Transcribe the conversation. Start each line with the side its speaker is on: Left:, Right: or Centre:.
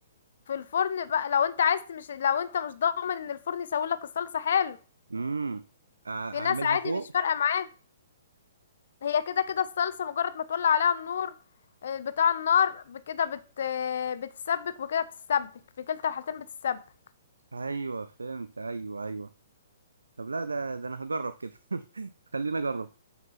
Left: في الفرن بقى لو انت عايز مش لو انت مش ضامن ان الفرن يسوي لك الصلصه حلو
Right: امم أع- اعملها
Left: في ناس عادي
Right: فوق
Left: مش فارقه معاه هي كده كده الصلصه مجرد ما تولع عليها النور آه، بتاع النار ب- كده بت آه، بتسبك وكده بتسبك في كلتا الحالتين بتسبك
Right: ايوه فهمت ايوه ايوه طب لا ده ده انا هجرب كده <laughs> خلينا اجرب